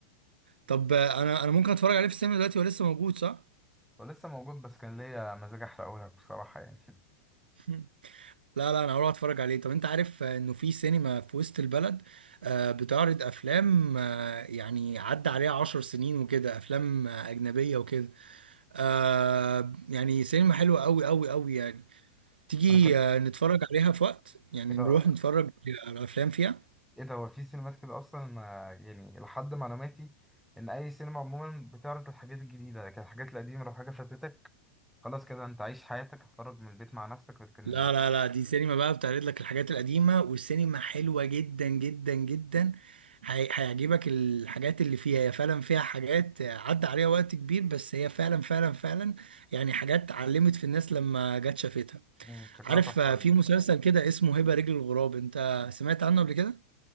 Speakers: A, on the right; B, in the centre.
A: طب انا انا ممكن اتفرج عليه في السينما دلوقتي هو لسه موجود صح؟
B: ولسه موجود بس كان ليا مزاج احرقه لك بصراحة يعني <laughs>
A: <laughs> لا لا انا هروح اتفرج عليه طب انت عارف آه، انه في سينما في وسط البلد آه، بتعرض افلام آه، يعني عدى عليها عشر سنين وكده افلام آه، اجنبية وكده آه، يعني سينما حلوة قوي قوي قوي يعني تيجي
B: وانا كان
A: آه، نتفرج عليها في وقت يعني
B: ايه ده
A: نروح نتفرج على افلام فيها
B: ايه ده هو في سينمات كده اصلا ما- يعني لحد معلوماتي ان اي سينما عموما بتعرض الحاجات الجديدة لكن الحاجات القديمة لو حاجة فاتتك خلاص كده انت عايش حياتك هتخرج من البيت مع نفسك لكن
A: لا لا لا دي سينما بقى بتعرض لك الحاجات القديمة والسينما حلوة جدا جدا جدا هي- هيعجبك الحاجات اللي فيها هي فعلا فيها حاجات عدى عليها وقت كبير بس هي فعلا فعلا فعلا يعني حاجات علمت في الناس لما جت شافتها
B: مم، شكلها
A: عارف
B: تحفة
A: آه،
B: أوي
A: في
B: دي
A: مسلسل كده اسمه هبة رجل الغراب انت سمعت عنه قبل كده؟